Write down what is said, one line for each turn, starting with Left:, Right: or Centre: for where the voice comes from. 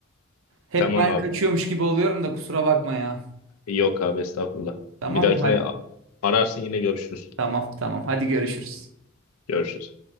Right: Hep
Left: Tamam
Right: ben
Left: abi.
Right: kaçıyormuş gibi oluyorum da kusura bakma ya.
Left: Yok abi, estağfurullah.
Right: Tamam
Left: Bir dahakine
Right: mı? Hadi.
Left: a- ararsın yine görüşürüz.
Right: Tamam tamam. Hadi görüşürüz.
Left: Görüşürüz.